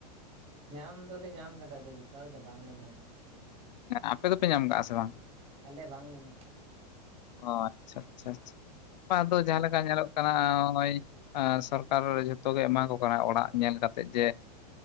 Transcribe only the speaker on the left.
ᱟᱯᱮ ᱫᱚᱯᱮ ᱧᱟᱢ ᱠᱟᱜᱼᱟ ᱥᱮ ᱵᱟᱝ?
ᱚ ᱟᱪᱪᱷᱟ ᱟᱪᱪᱷᱟ ᱟᱪᱷᱟ ᱵᱟ ᱟᱫᱚ ᱡᱟᱦᱟᱸ ᱞᱮᱠᱟ ᱧᱮᱞᱚᱜ ᱠᱟᱱᱟ ᱦᱚᱜᱼᱚᱭ ᱥᱚᱨᱠᱟᱨ ᱡᱷᱚᱛᱚᱜ ᱜᱮ, ᱮᱢᱟ ᱠᱚ ᱠᱟᱱᱟ, ᱚᱲᱟᱜ ᱧᱮᱞ ᱠᱟᱛᱮᱜ ᱡᱮ